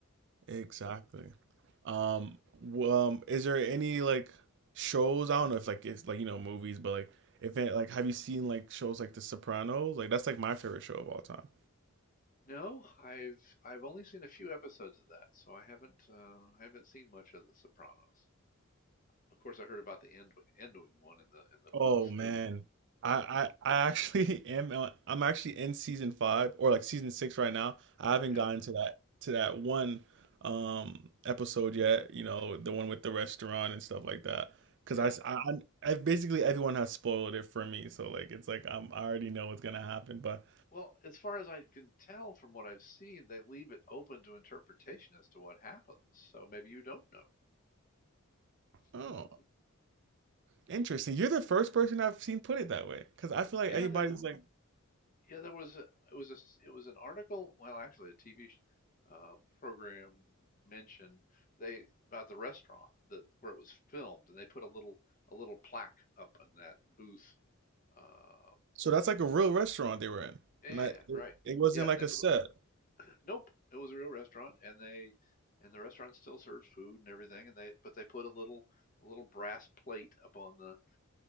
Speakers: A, on the right; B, on the left.
A: Exactly. Um, w- um, is there any like shows? I don't know if like it's like you know movies, but like if it, like have you seen like shows like The Sopranos? Like that's like my favorite show of all time.
B: No, I've I've only seen a few episodes of that, so I haven't uh, I haven't seen much of The Sopranos. Of course, I heard about the end ending one in the in the booth,
A: Oh man,
B: but
A: I I, I actually <laughs> am uh, I'm actually in season five or like season six right now. I haven't
B: Yeah,
A: gotten to that to that one um episode yet. You know, the one with the restaurant and stuff like that. Because
B: yeah.
A: I, s- I, I- I- basically everyone has spoiled it for me, so like it's like I'm I already know what's gonna happen. But
B: Well, as far as I can tell from what I've seen, they leave it open to interpretation as to what happens. So maybe you don't know.
A: oh,
B: <laughs>
A: interesting. You're the first person I've seen put it that way. Because I feel like
B: Yeah,
A: everybody's
B: the
A: like,
B: yeah, there was a, it was a, s- it was an article, well, actually a TV sh- uh, program mentioned they about the restaurant that where it was filmed, and they put a little a little plaque up in that booth. Um,
A: so that's like
B: this
A: a real
B: is-
A: restaurant they were in.
B: yeah,
A: Not it,
B: right.
A: it wasn't
B: Yeah,
A: like
B: they
A: a
B: put
A: set.
B: Nope, it was a real restaurant, and they and the restaurant still serves food and everything, and they but they put a little a little brass plate up on the